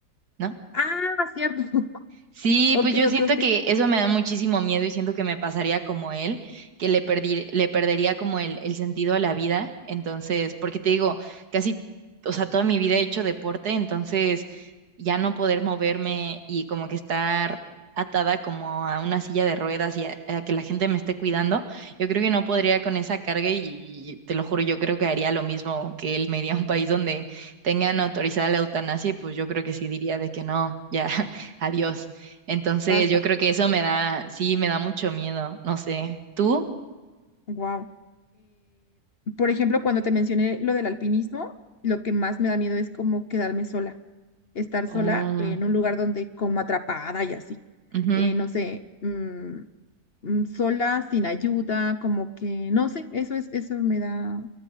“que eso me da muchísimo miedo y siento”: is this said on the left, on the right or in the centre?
Right